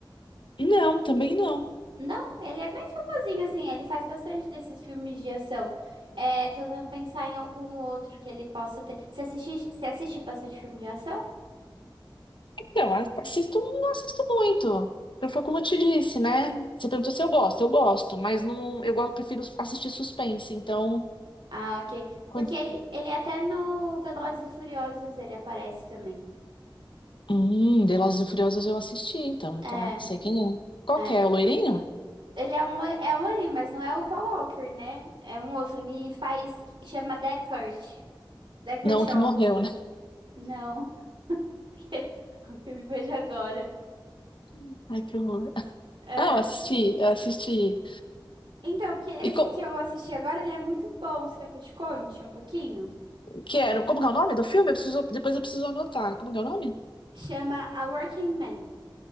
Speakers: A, on the left (about 70°); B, on the right (about 80°).
A: Não, também não.
B: Não, ele é bem famosinho assim, ele faz bastante desses filmes de ação. É, tô tentando pensar em algum outro que ele possa ter. Você assiste, você assiste bastante filme de ação?
A: Então, a- assisto, não assisto muito. Eu foi como eu te disse, né? Você perguntou se eu gosto, eu gosto, mas não, eu gosto, prefiro assistir suspense. Então,
B: Ah, ok.
A: quando,
B: Porque ele, ele até no Velozes e Furiosos ele aparece também.
A: hum, Velozes e Furiosos eu assisti, então,
B: É,
A: tá? Sei quem é. Qual
B: é.
A: que é? O loirinho?
B: Ele é um, lo- é um loirinho, mas não é o Paul Walker, né? É um outro. Ele faz. Chama Deckard. Deckard
A: Não,
B: Shaw.
A: o que morreu, né?
B: Não. <laughs> O filme foi de agora.
A: <laughs> Ai, que horror.
B: É.
A: Ah, eu assisti, eu assisti.
B: Então, porque esse
A: E co
B: que eu assisti agora, ele é muito bom. Você quer que eu te conte um pouquinho?
A: que era, como que é o nome do filme? Eu preciso, depois eu preciso anotar. Como que é o nome?
B: Chama A Working Man.